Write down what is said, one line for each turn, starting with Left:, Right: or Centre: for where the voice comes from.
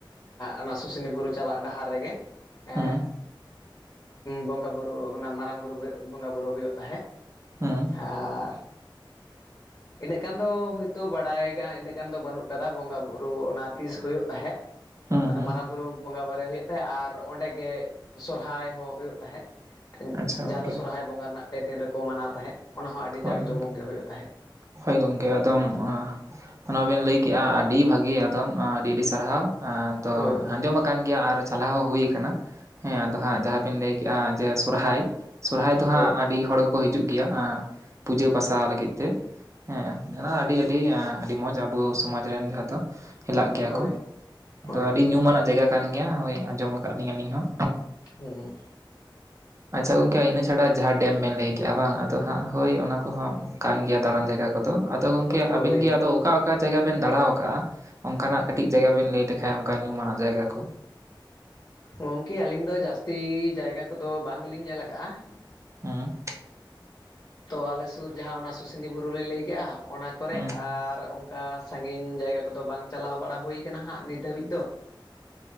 Left: ᱚᱱᱟ ᱥᱩᱥᱱᱤ ᱵᱩᱨᱩ ᱪᱟᱞᱟᱜ ᱰᱟᱦᱟᱨ ᱨᱮᱜᱮ ᱮᱸᱻ
Right: ᱦᱩᱸ
Left: ᱵᱚᱸᱜᱟ ᱵᱩᱨᱩ ᱚᱱᱟ ᱢᱟᱨᱟᱝ ᱵᱩᱨᱩ ᱵᱚᱸᱜᱟ ᱵᱩᱨᱩ ᱦᱳᱭᱳᱜ ᱛᱟᱦᱮᱸᱜ,
Right: ᱦᱩᱸ
Left: ᱟᱨ ᱤᱱᱟᱹᱜ ᱜᱟᱱ ᱫᱚ ᱦᱚᱭᱛᱚ ᱵᱟᱲᱟᱭ ᱠᱟᱜᱼᱟ, ᱤᱱᱟᱹᱜ ᱜᱟᱱ ᱫᱚ ᱵᱟᱹᱱᱩᱜ ᱠᱟᱫᱟ ᱵᱚᱸᱜᱟ ᱵᱩᱨᱩ ᱚᱱᱟ ᱛᱤᱥ ᱦᱳᱭᱜ ᱛᱟᱦᱮᱸᱜ
Right: ᱦᱩᱸ
Left: ᱟᱫᱚ
Right: ᱦᱩᱸ
Left: ᱢᱟᱨᱟᱝ ᱵᱩᱨᱩ ᱵᱚᱸᱜᱟ ᱵᱟᱨᱮ ᱦᱩᱭᱩᱜ ᱛᱟᱦᱮᱸᱜ, ᱟᱨ ᱚᱸᱰᱮ ᱜᱮ ᱥᱚᱨᱦᱟᱭ ᱦᱚᱸ ᱦᱩᱭᱩᱜ ᱛᱟᱦᱮᱸᱜ᱾
Right: ᱟᱪᱪᱷᱟ ᱜᱚᱝᱠᱮ
Left: ᱡᱟᱦᱟᱸ ᱫᱚ ᱥᱚᱨᱦᱟᱭ ᱵᱚᱸᱜᱟ ᱨᱮᱱᱟᱜ ᱯᱮ ᱫᱤᱱ ᱨᱮᱠᱚ ᱢᱟᱱᱟᱣ ᱛᱟᱦᱮᱸᱜ, ᱚᱱᱟ ᱦᱚᱸ ᱟᱹᱰᱤ
Right: ᱦᱳᱭ
Left: ᱡᱟᱸᱠ
Right: ᱜᱚᱝᱠᱮ
Left: ᱡᱚᱢᱚᱠ ᱜᱮ ᱦᱩᱭᱩᱜ ᱛᱟᱦᱮᱸᱜ᱾
Right: ᱦᱳᱭ ᱜᱚᱢᱠᱮ ᱮᱠᱫᱚᱢ ᱚᱱᱟᱵᱤᱱ ᱞᱟᱹᱭ ᱠᱮᱜᱼᱟ ᱟᱹᱰᱤ ᱵᱷᱟᱹᱜᱤ, ᱮᱠᱫᱚᱢ ᱟᱹᱰᱤ ᱟᱹᱰᱤ ᱥᱟᱨᱦᱟᱣ᱾ ᱮᱸ ᱛᱚ
Left: ᱦᱳᱭ ᱦᱳᱭ
Right: ᱟᱸᱡᱚᱢ ᱟᱠᱟᱱ ᱜᱮᱭᱟ ᱟᱨ ᱪᱟᱞᱟᱣ ᱦᱚᱸ ᱦᱩᱭ ᱠᱟᱱᱟ, ᱦᱮᱸ ᱟᱫᱚ ᱦᱟᱸᱜ ᱡᱟᱦᱟᱸ ᱵᱤᱱ ᱞᱟᱹᱭ ᱡᱮ ᱥᱚᱨᱦᱟᱭ ᱥᱚᱨᱦᱟᱭ ᱫᱚ
Left: ᱦᱳᱭ
Right: ᱦᱟᱸᱜ ᱟᱹᱰᱤ ᱦᱚᱲ ᱜᱮᱠᱚ ᱦᱤᱡᱩᱜ ᱜᱮᱭᱟ ᱯᱩᱡᱟᱹ ᱯᱟᱥᱟ ᱞᱟᱹᱜᱤᱫ ᱛᱮ, ᱦᱮᱸ ᱚᱱᱟ ᱟᱹᱰᱤ ᱟᱹᱰᱤ ᱟᱹᱰᱤ ᱢᱚᱡᱽ ᱟᱵᱚ ᱥᱚᱢᱟᱡᱽ ᱨᱮᱱ, ᱡᱟᱦᱟᱸ ᱫᱚ ᱦᱮᱞᱟᱜ ᱜᱮᱭᱟ
Left: ᱦᱳᱭ
Right: ᱠᱚ ᱟᱫᱚ
Left: ᱦᱳᱭ
Right: ᱟᱹᱰᱤ ᱧᱩᱢᱟᱱᱟᱜ ᱡᱟᱭᱜᱟ ᱠᱟᱱ ᱜᱮᱭᱟ, ᱦᱳᱭ ᱟᱸᱡᱚᱢ ᱟᱠᱟᱫ ᱞᱤᱧ ᱟᱹᱞᱤᱧ ᱦᱚᱸ᱾
Left: ᱦᱩᱸ
Right: ᱟᱪᱪᱷᱟ ᱜᱚᱝᱠᱮ ᱤᱱᱟᱹ ᱪᱷᱟᱰᱟ ᱡᱟᱦᱟᱸ ᱰᱮᱢ ᱵᱮᱱ ᱞᱟᱹᱭ ᱠᱮᱫᱼᱟ, ᱵᱟᱝ ᱟᱫᱚ ᱦᱟᱸᱜ ᱦᱳᱭ ᱚᱱᱟ ᱠᱚᱦᱚᱸ ᱠᱟᱱ ᱜᱮᱭᱟ ᱫᱟᱬᱟᱱ ᱡᱟᱭᱜᱟ ᱠᱚᱫᱚ, ᱟᱫᱚ ᱜᱚᱢᱠᱮ
Left: ᱦᱳᱭ
Right: ᱟᱵᱤᱱ ᱜᱮ ᱟᱫᱚ ᱚᱠᱟ? ᱚᱠᱟ ᱡᱟᱭᱜᱟ ᱵᱮᱱ ᱫᱟᱲᱟ ᱠᱟᱜᱼᱟ, ᱚᱱᱠᱟᱱᱟᱜ ᱠᱟᱹᱴᱤᱡ ᱡᱟᱭᱜᱟ ᱵᱮᱱ ᱞᱟᱹᱭ ᱞᱮᱠᱷᱟᱡ, ᱚᱱᱠᱟ ᱧᱩᱢᱟᱱᱟᱜ ᱡᱟᱭᱜᱟ ᱠᱚ?
Left: ᱜᱚᱝᱠᱮ ᱟᱹᱞᱤᱧ ᱫᱚ ᱡᱟᱹᱥᱛᱤ ᱡᱟᱭᱜᱟ ᱠᱚᱫᱚ ᱵᱟᱝ ᱞᱤᱧ ᱧᱮᱞ ᱠᱟᱜᱼᱟ᱾ᱮᱸ
Right: ᱦᱩᱸ
Left: ᱛᱚ ᱟᱞᱮ ᱥᱩᱨ ᱡᱟᱦᱟᱸ ᱚᱱᱟ ᱥᱩᱥᱱᱤ ᱵᱩᱨᱩ ᱞᱤᱧ ᱞᱟᱹᱭ ᱠᱮᱜᱼᱟ ᱚᱱᱟ ᱠᱚᱨᱮ
Right: ᱦᱩᱸ
Left: ᱟᱨ ᱚᱱᱠᱟ ᱥᱟᱺᱜᱤᱧ ᱡᱟᱭᱜᱟ ᱠᱚᱫᱚ ᱵᱟᱝ ᱪᱟᱞᱟᱣ ᱵᱟᱲᱟ ᱦᱩᱭ ᱠᱟᱱᱟ, ᱦᱟᱸᱜ ᱱᱤᱛ ᱫᱷᱟᱹᱵᱤᱡ ᱫᱚ᱾
Right: <inaudible>